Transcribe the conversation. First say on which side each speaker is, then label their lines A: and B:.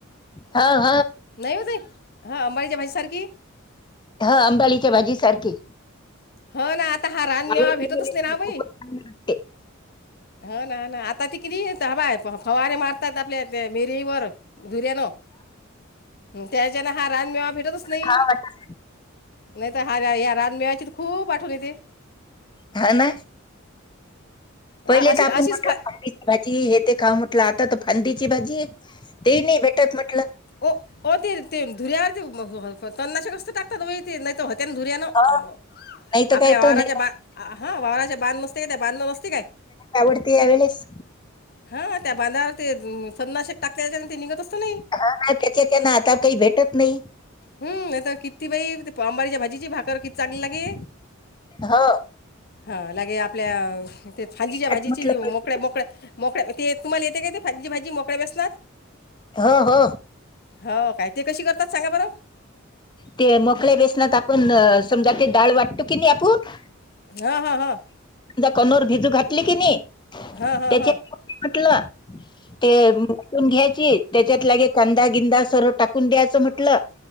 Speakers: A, on the left; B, on the left.
A: हा
B: नाही होत हा अंबाडीच्या भाजी सारखी
A: हा अंबालीच्या भाजी सारखी
B: ह ना आता हा रानमेवा
A: आवडते
B: भेटतच
A: मले
B: नाही ना भाई
A: खूपच चांगली वाटते
B: हा ना ना आता ते किती येत ह बाय फवारे मारतात आपल्या ते मिरीवर धुर्यान त्याच्याने हा रान मेवा भेटतच नाही
A: खाव वाटत
B: नाही तर हार्या या रान मिळायची तर खूप आठवली तेे
A: हा ना पहिले
B: अ- अशी
A: तर आपण
B: अशीच
A: म्हटलं
B: फा
A: ख भाजी हे ते खाऊ म्हटलं आता फांदीची भाजी ते नाही भेटत म्हटलं
B: अ ते ते धुर्यावरती तन्नाश कसत टाकात ते नाही ते
A: ह
B: <inaudible>
A: नाही तर
B: आपल्या
A: काय
B: वावारच्या
A: तर नाही
B: बा
A: तर
B: हा वावारचे बांध नसते काय त्या बांधण मसती काय
A: आवडती यावेळेस
B: हा त्या बांधावर ते सन्नाशे टाक्या ते निघत असतो ना
A: हा ना त्याच्याच्या ना आता काही भेटत नाही
B: हम्ता किती बाई अंबाारीच्या भाजीची भाकर किती चांगली लागे
A: हा
B: हा हा लागे आपल्या ते फांजीच्या
A: ती
B: भाजीचे
A: खात म्हटलं
B: मोकळ्या
A: पहिले
B: मोकळ्या मोकळ्या ते तुम्हाला येते का ते फजी भाजी मोकळे बस
A: हो हो
B: हो काय ते कशी करतात सांगा बरं
A: ते मोकळ्या बेसनात आपण समजा ते डाळ वाटतो की नाही आपण
B: हा हा हा
A: त्या कनुर भिजू घाटली की नाही
B: हा हा
A: त्याच्यात
B: हा
A: म्हटलं ते मुटून घ्यायची त्याच्यात लागे कांदा गिंदा सर्व टाकून द्यायचं म्हटलं